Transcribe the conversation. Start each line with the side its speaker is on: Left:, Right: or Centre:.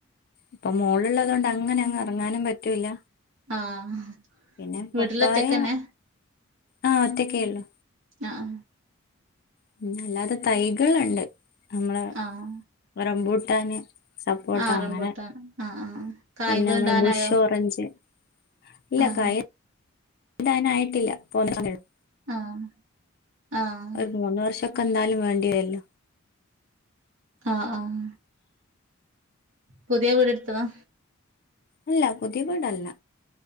Left: ഇപ്പൊ മോളുള്ളത്കൊണ്ട് അങ്ങനങ്ങ് ഇറങ്ങാനും പറ്റൂല്ല
Right: ആഹ്
Left: പിന്നെ പപ്പായ
Right: വീട്ടിലൊറ്റക്കന്നെ
Left: ആഹ് ഒറ്റക്കെയൊള്ളു
Right: ആ-ആ
Left: പിന്നല്ലാതെ തൈകളുണ്ട് നമ്മടെ
Right: ആഹ്
Left: റംപൂട്ടാന് സപ്പോട്ട
Right: ആഹ്
Left: അങ്ങനെ
Right: റംബൂട്ടാൻ ആഹ് ആഹ് കായ്കൾ
Left: പിന്നെ നമ്മടെ
Right: ഇണ്ടാവാനായോ
Left: ബുഷ്ഓറഞ്ച് ഇല്ലകായ
Right: ആഹ്
Left: ഇടാനായിട്ടില്ല തോനെസമയെടുക്കും
Right: ആഹ് ആഹ്
Left: ഒരു മൂന്ന്വർഷം എന്നാലും വേണ്ടിവരില്ല
Right: ആഹ്-ആഹ് പുതിയ വീടെടുത്തതാ
Left: അല്ല പുതിയവീടല്ല